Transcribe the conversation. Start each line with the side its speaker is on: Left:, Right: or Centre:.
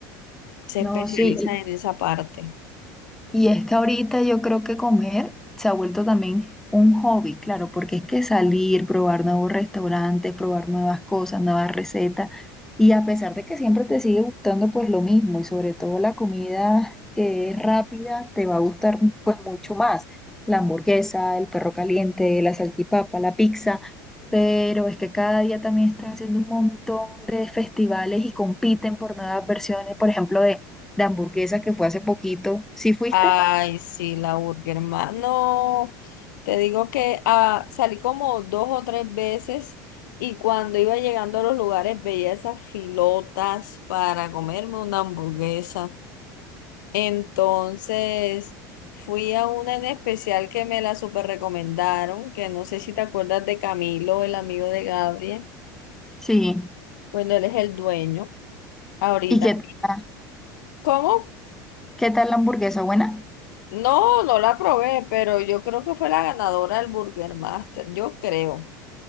Left: Se especializan
Centre: No, sí.
Left: en esa parte.
Centre: Y es que ahorita yo creo que comer se ha vuelto también un hobby, claro, porque es que salir, probar nuevos restaurantes, probar nuevas cosas, nuevas recetas, y a pesar de que siempre te sigue gustando pues lo mismo, y sobre todo la comida que es rápida, te va a gustar pues mucho más, la hamburguesa, el perro caliente, la salchipapa, la pizza, pero es que cada día también están haciendo un montón de festivales y compiten por nuevas versiones, por ejemplo, de de hamburguesa que fue hace poquito. ¿Sí fuiste?
Left: Ay, sí, la burger, hermano. Te digo que ah, salí como dos o tres veces y cuando iba llegando a los lugares veía esas filotas para comerme una hamburguesa. Entonces fui a una en especial que me la super recomendaron, que no sé si te acuerdas de Camilo, el amigo de Gabriel.
Centre: Sí.
Left: Bueno, él es el dueño ahorita.
Centre: ¿Y qué tal,
Left: ¿Cómo?
Centre: qué tal la hamburguesa? ¿Buena?
Left: No, no la probé, pero yo creo que fue la ganadora del Burger Master, yo creo,